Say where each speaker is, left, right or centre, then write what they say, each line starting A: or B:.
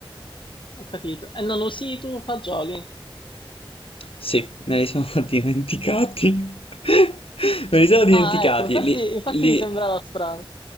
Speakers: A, on the left (about 60°); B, on the left (about 80°).
A: Ho capito. E non usi tu fagioli?
B: Sì, me li sono <laughs> dimenticati. <laughs> Me li sono dimenticati.
A: Ah, ecco, infatti,
B: Li,
A: infatti
B: li-
A: mi sembrava strano.